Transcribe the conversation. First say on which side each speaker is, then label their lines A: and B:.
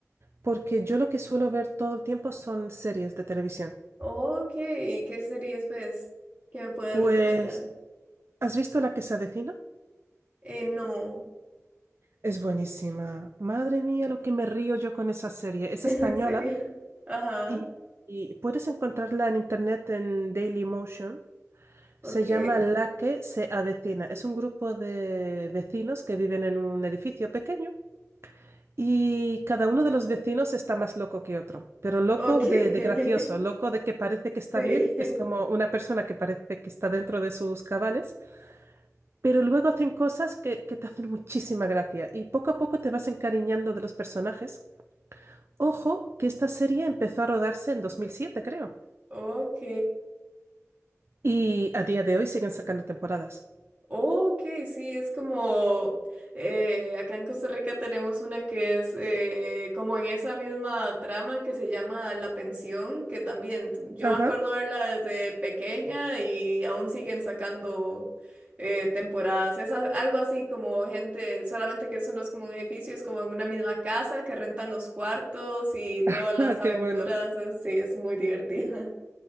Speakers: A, on the right; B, on the right.
A: porque yo lo que suelo ver todo el tiempo son series de televisión.
B: Ok, ¿qué series ves que me puedes
A: Pues,
B: recomendar?
A: ¿has visto La que se avecina?
B: Eh, no,
A: Es buenísima. Madre mía, lo que me río yo con esa serie.
B: <laughs>
A: Es
B: en
A: española
B: serio. Ajá,
A: y, y puedes encontrarla en internet en Dailymotion.
B: ok,
A: Se llama La que se avecina. Es un grupo de vecinos que viven en un edificio pequeño y cada uno de los vecinos está más loco que otro, pero loco
B: ok.
A: de, de
B: <laughs>
A: gracioso, loco de que parece que está
B: Sí,
A: bien,
B: <laughs>
A: es como una persona que parece que está dentro de sus cabales, pero luego hacen cosas que, que te hacen muchísima gracia y poco a poco te vas encariñando de los personajes. Ojo que esta serie empezó a rodarse en 2007 creo,
B: ok,
A: y a día de hoy siguen sacando temporadas.
B: ok, sí, es como eh, acá en Costa Rica tenemos una que es eh, como en esa misma trama que se llama La Pensión, que también yo
A: Ajá,
B: me acuerdo verla desde pequeña y aún siguen sacando eh, temporadas. Es a- algo así como gente, solamente que eso no es como un edificio, es como en una misma casa que rentan los cuartos y todas
A: <laughs>
B: las
A: Ah,
B: aventuras,
A: qué bueno.
B: eh, sí, es muy divertido.